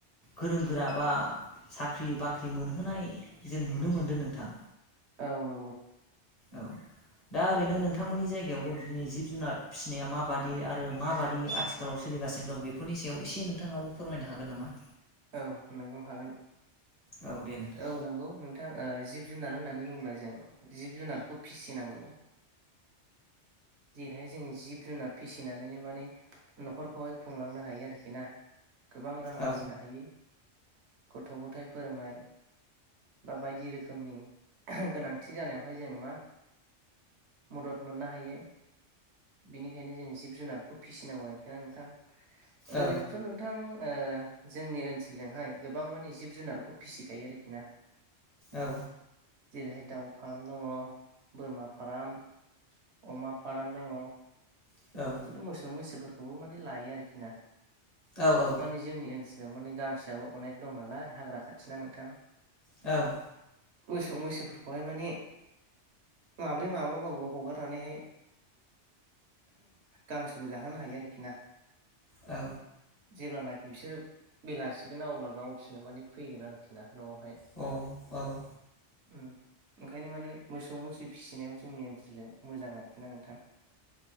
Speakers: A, on the left; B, on the right.
A: गोरों गोरा बा। साख्रि बाख्रि मोनहोनाय जों नुनो मोनदों नोंथां।
B: औ औ।
A: औ दा ओरैनो नों। नोंथांमोननि जायगायावबो बिदिनो जिब जुनार फिसिनाया माबादि आरो माबादि आथिखालाव।
B: औ
A: सोलिगासिनो दं बेफोरनि सायाव एसे नोंथाङाबो फोरमायनो हागोन नामा?
B: औ नोंगौ हागोन
A: औ दे नोंथां
B: औ नंगौ नों नोंथां जिब जुनार होननानै बुङोब्ला जों जिब जुनारखौ फिसिनांगौ जेरैहाय जोङो जिब जुनाद फिसिनानैनो माने न'खरखौहाय खुंलांनो हायो आरोखि ना। गोबां रां
A: औ
B: आरजिनो हायो गथ' गथाय फोरोंनाय बा बायदि रोखोमनि गोनांथि जानायावहाय जों मा मदद मोननो हायो। बिनिखायनो जों जिब जुनारखौ फिसिनांगौ आरोखि ना नोंथां ओरैनोथ'
A: औ
B: नोंथां ओ जोंनि ओनसोलजोंहाय गोबां माने जिब जुनारखौ फिसिखायो आरोखि ना।
A: औ।
B: जेरैहाय दाउ फार्म दङ बोरमा फार्म अमा फार्म दङ।
A: औ।
B: मोसौ मैसोफोरखौबो माने लायो आरोखि ना
A: औ औ
B: मानि जोंनि ओनसोलाव मानि गांसोआब अनेक दं नालाय हाग्रा खाथिना नोंथां
A: औ
B: मोसौ मैसोफोरखौहाय माने माब्रै माबाबाबो हगारनानैहाय गांसोबो जाहोनो हायो आरोखि ना
A: औ
B: जेब्लानाखि बिसोरो बेलासिगोन ना अब्ला गावसिनो माने फैगोन आरोखि ना न'आवहाय
A: अ औ
B: उम ओंखायनो माने मोसौ मैसो फिसिनायाबो जोंनि ओनसोलजों मोजां आरोखि ना नोंथां। <unintelligible>